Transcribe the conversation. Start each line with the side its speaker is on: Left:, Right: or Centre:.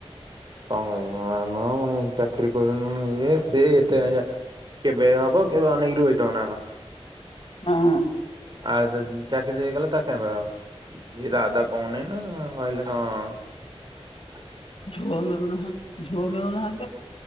Right: କଣ କହିନ ଆମ୍ ପୁଣି ଚାକିରି କରନ ଇଏ ସେ ଏତେ <unintelligible> କେବେ ହବ? କିଏ ଅନେଇଥିବ ନା କଣ?
Left: ହଁ
Right: ଆଉ ଡାକି ଦେଇଗଲା ତା ଆଉ ଏ ରାଧା କହୁନି ନା କହିଲେ କଣ?
Left: ଝୁଅ ମିଳୁ ନାହାନ୍ତି ଝୁଅ ମିଳୁନାହା